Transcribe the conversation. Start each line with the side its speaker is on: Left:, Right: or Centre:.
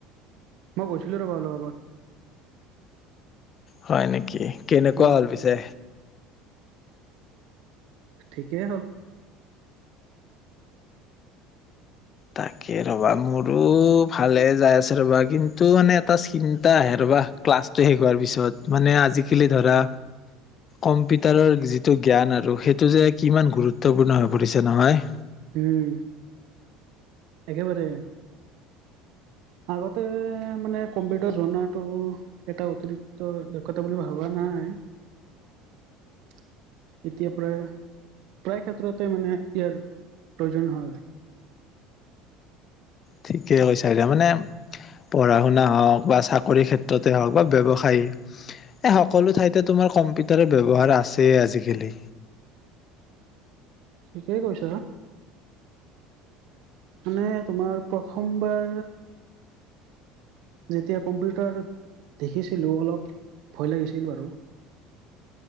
Right: মই গৈছিলো ৰ'বা অলপ আগত
Left: হয় নেকি কি কেনেকুৱা
Right: উম
Left: হল পিছে
Right: ঠিকেই হ'ল
Left: তাকে ৰবা মোৰো ভালে যাই আছে ৰবা কিন্তু মানে এটা চিন্তা আহে ৰবা ক্লাছটো শেষ হোৱাৰ পিছত মানে আজিকালি ধৰা কম্পিউটাৰৰ যিটো জ্ঞান আৰু সেইটো যে কিমান গুৰুত্বপূৰ্ণ হৈ পৰিছে নহয়
Right: হম একেবাৰে আগতে মানে কম্পিউটাৰ জনটো এটা অতিৰিক্ত দক্ষতা বুলি ভবা নাই এতিয়া পৰায় প্ৰায় ক্ষেত্ৰতে মানে ইয়াৰ প্ৰয়োজন হয়
Left: ঠিকেই কৈছা এতিয়া মানে পঢ়া শুনা হওক বা চাকৰি ক্ষেত্ৰতে হওক বা ব্যৱসায়ী এ সকলো ঠাইত তোমাৰ কম্পিউটাৰ ব্যৱহাৰ আছে আজিকালি
Right: ঠিকেই কৈছ মানে তোমাৰ প্ৰথমবাৰ যেতিয়া কম্পিউটাৰ দেখিছিলোঁ অলপ ভয় লাগিছিলো বাৰো